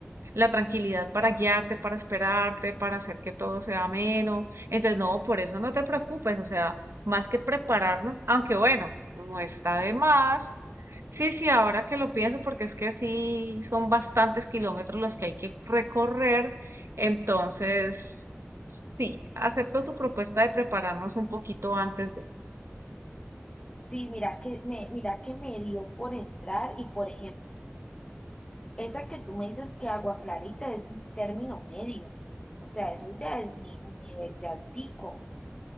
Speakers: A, on the right; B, on the left.
A: la tranquilidad para guiarte, para esperarte, para hacer que todo sea ameno. Entonces, no, por eso no te preocupes, o sea, más que prepararnos, aunque bueno, no está de más. Sí, sí, ahora que lo pienso, porque es que sí son bastantes kilómetros los que hay que recorrer, entonces, sí, acepto tu propuesta de prepararnos un poquito antes de...
B: Y mira que me, mira que me dio por entrar y, por ejemplo, esa que tú me dices que agua clarita es un término medio. O sea, eso ya es ni un nivel ya altico.